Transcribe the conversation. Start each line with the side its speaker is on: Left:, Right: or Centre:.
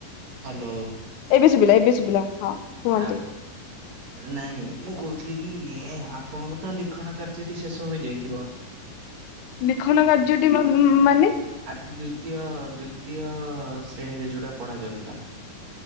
Right: ହାଲୋ।
Left: ଏବେ ଶୁଭିଲା ଏବେ ଶୁଭିଲା ହଁ। କୁହନ୍ତୁ
Right: ଆଗ୍ ନାଇଁ ମୁଁ କହୁଥିଲି କି ଆପଣଙ୍କ ତ ଲିଖନ କାର୍ଯ୍ୟଟି ଶେଷ ହୋଇଯାଇଥିବ।
Left: ଲିଖନ କାର୍ଯ୍ୟଟି ମା-ମା-ମାନେ?
Right: ଆଜି ଦୁତୀୟ ଦୁତୀୟ ଶ୍ରେଣୀରେ ଯୋଉଟା ପଢା ଯାଉଥିଲା।